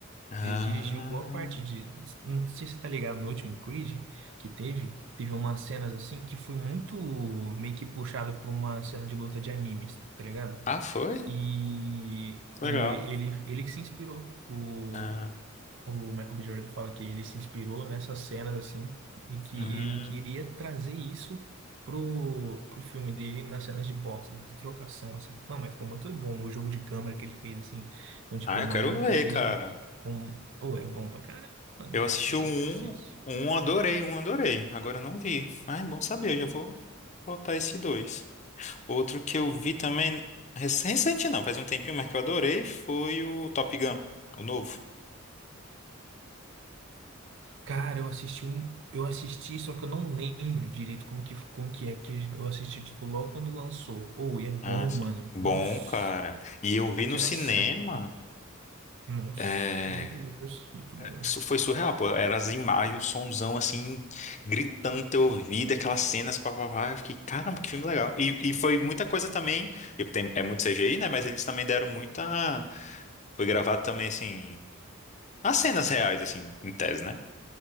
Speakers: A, on the left; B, on the right.
A: Ah.
B: Ele dirigiu boa parte de. Não sei se você tá ligado no último Creed que teve. Teve umas cenas assim que foi muito meio que puxado por uma cena de luta de animes, tá ligado?
A: Ah, foi?
B: E,
A: Que
B: e
A: legal.
B: ele, ele que se inspirou. O,
A: Ah,
B: o Michael B. Jordan fala que ele se inspirou nessas cenas assim e que
A: hum.
B: ele queria trazer isso pro, pro filme dele nas cenas de boxe, de trocação assim. Não, mas ficou muito bom o jogo de câmera que ele fez assim. Então, tipo,
A: Ah,
B: eu
A: eu
B: imagino
A: quero ver,
B: que seja
A: cara.
B: um, um... ou é bom pra caramba. mano.
A: Eu assisti
B: Depois
A: o um,
B: você assiste.
A: um adorei, um adorei. Agora eu não vi. Ah, é bom saber, eu já vou botar esse dois. Outro que eu vi também, rec- recente não, faz um tempinho, mas que eu adorei, foi o Top Gun, o novo.
B: Cara, eu assisti um, eu assisti, só que eu não lembro direito como que, como que é, que eu assisti, tipo, logo quando lançou. Ou, e é bom,
A: Ah, sim.
B: mano.
A: Bom,
B: Nossa,
A: cara. E eu vi
B: aquela
A: no cinema.
B: cena. Nossa,
A: É...
B: meu Deus, muito bom.
A: Isso foi surreal, pô. Era as imagens, o sonzão assim, gritando no teu ouvido, aquelas cenas, papapá. Eu fiquei, caramba, que filme legal. E, e foi muita coisa também. e tem- é muito CGI, né? Mas eles também deram muita. Foi gravado também, assim, as cenas reais, assim, em tese, né?